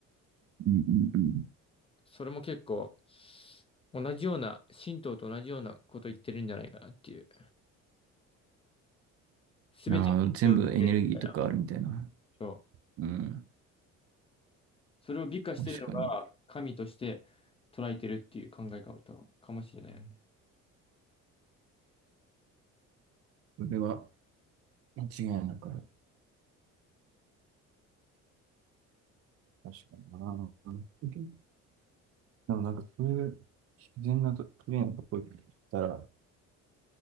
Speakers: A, on the right (about 50°); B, on the left (about 20°).
A: うんうんうん
B: それも結構、同じような、神道と同じようなこと言ってるんじゃないかなっていう。すべてに影響を受けるみたいな。
A: うんああ、全部エネルギーとかあるみたいな。
B: そう
A: うん。
B: それを美化してるのが神として捉えてるっていう考え方かもしれないよね。
A: 確かに。それは間違いなくある。確かにな。でもなんかそういう自然なと、綺麗なとこ行ったら、なんか